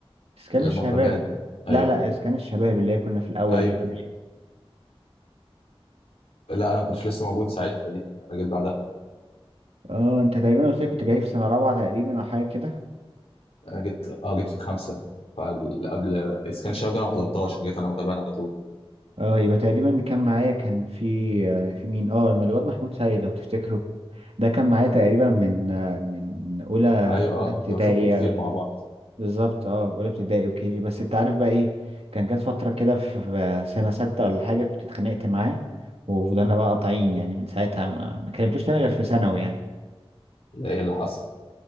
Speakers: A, on the right; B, on the left.
A: اسكان
B: آه،
A: الشباب
B: مهربان ايوه
A: لا لا اسكان الشباب اللي هي كنا في الاول
B: ايوه
A: دي قبل
B: لا انا ما كنتش لسه موجود ساعتها دي انا جيت بعدها
A: اه انت تقريبا قلت لي كنت جاي في سنة رابعة تقريبا او حاجة كده
B: أنا جيت اه جيت في خمسه فقبل اسكان الشباب ده انا ما حضرتهاش انا جيت على مهربان على طول
A: اه يبقى تقريبا اللي كان معايا كان في آه، في مين اه الم- الواد محمود سيد لو تفتكره ده كان معايا تقريبا من آه، من اولى
B: ايوه
A: اولى
B: اه كنت
A: ابتدائي
B: بشوفكم كتير
A: آه،
B: مع بعض
A: بالظبط اه اولى ابتدائي وكي جي بس انت عارف بقى ايه كان جت فتره كده في في سنه سته ولا حاجه كنت اتخانقت معاه وفضلنا بقى قاطعين يعني من ساعتها ما ما كلمتوش تاني غير في ثانوي يعني
B: لا ايه اللي حصل